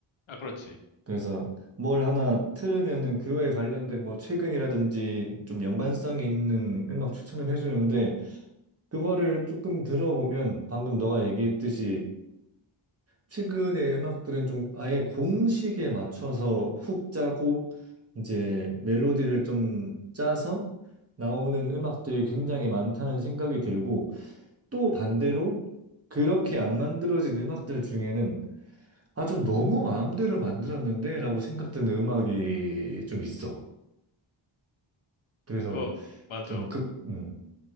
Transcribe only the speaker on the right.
그래서 뭘 하나 틀으면은 그거에 관련된 뭐 최근이라든지 좀 연관성이 있는 음악 추천을 해주는데 그거를 조금 들어보면 방금 너가 얘기했듯이 최근의 음악들은 좀 아예 공식에 맞춰서 훅 짜고 이제 멜로디를 좀 짜서 나오는 음악들이 굉장히 많다는 생각이 들고 또 반대로 그렇게 안 만들어진 음악들 중에는 아, 좀 너무 마음대로 만들었는데? 라고 생각드는 음악이 좀 있어. 그래서
좀 극, 음.